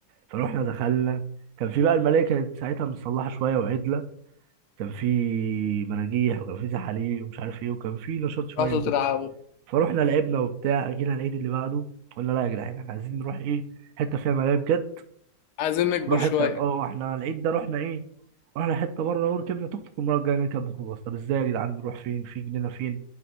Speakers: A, on the right; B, on the left.
A: فروحنا دخلنا كان في بقى الملاهي كانت ساعتها متصلحه شويه وعدله كان في مراجيح وكان في زحاليق ومش عارف ايه وكان في نشاط شويه
B: رحتوا
A: جدا
B: تلعبوا
A: فروحنا لعبنا وبتاع جينا العيد اللي بعده قلنا لا يا جدعان احنا عايزين نروح ايه حته فيها ملاهي بجد
B: عايزين نكبر
A: نروح
B: شوية
A: حته اه احنا العيد ده رحنا ايه رحنا حته بره وركبنا توك توك المره الجايه نركب ميكروباص طب ازاي يا جدعان نروح فين في جنينه فين